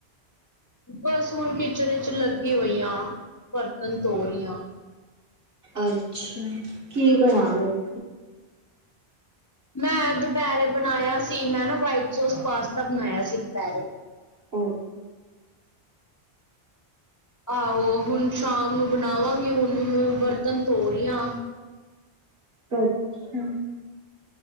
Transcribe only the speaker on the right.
ਅੱਛਾ ਕੀ ਬਨਾ ਰਹੇ ਔ
ਉਹ
ਅੱਛਾ